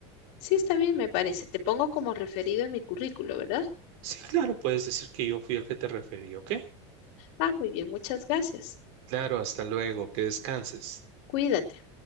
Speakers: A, on the left; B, on the right.
A: Sí, está bien, me parece. Te pongo como referido en mi currículo, ¿verdad?
B: Sí, claro, puedes decir que yo fui el que te referí, ¿ok?
A: Ah, muy bien, muchas gracias.
B: Claro, hasta luego, que descanses.
A: Cuídate.